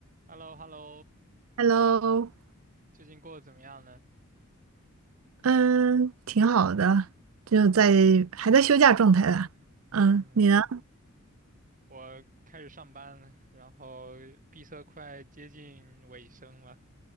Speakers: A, on the right (about 40°); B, on the right (about 70°).
A: h e l l o h e l l o
B: Hello，
A: 最近过得怎么样呢？
B: 嗯，挺好的，就在还在休假状态啦。嗯，
A: 嗯，
B: 你呢？
A: 我开始上班了，然后闭测快接近尾声了，